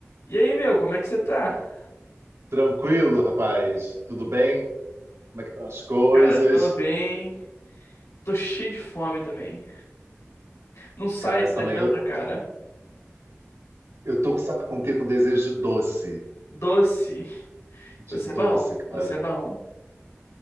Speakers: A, on the left; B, on the right.
A: E aí, meu, como é que você tá?
B: Tranquilo, rapaz. Tudo bem? Como é que estão as coisas?
A: Cara, tô bem. Tô cheio de fome também. Não sai
B: Cara,
A: essa
B: eu também.
A: janta,
B: Eu,
A: cara.
B: eu tô, com- sabe com o quê? Com desejo de doce.
A: Doce.
B: De
A: Doce
B: doce,
A: é bom.
B: cara.
A: Doce é bom.